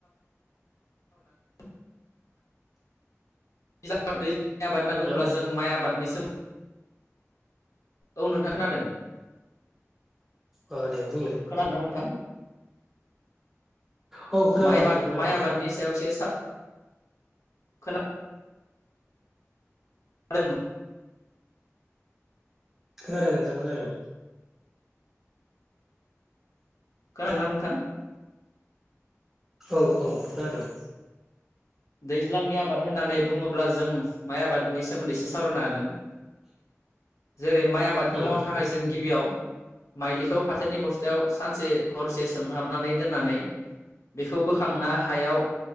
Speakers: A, on the left; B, in the centre.
A: <unintelligible> <unintelligible> माइ आबाद होनना बुङोब्ला
B: हेलौ
A: जों माइ आबाद निसिम औ नोंथां खोनादों।
B: अ दे बुंलाय।
A: खोनादोंना नोंथां
B: औ खोनादों
A: माइ आबाद
B: नोंथां खोनादों
A: माइ आबादनि सायावसो <unintelligible> खोना <unintelligible>
B: खोनादों नोंथां खोनादों।
A: खोनादोंना नोंथां?
B: औ औ खोनादोंं।
A: दैज्लांनि आबाद होननानै बुङोब्ला जों माइ आबादनि सोमोन्दै एससे सावरायनो हागोन। जेरै माइ आबादखौ
B: उम
A: मावनो थाखाय जों गिबियाव माइलिखौ फाथोनि बस्थायाव सानसे हरसे सोमहाबनानै दोननानै बेखौ बोखांना हायाव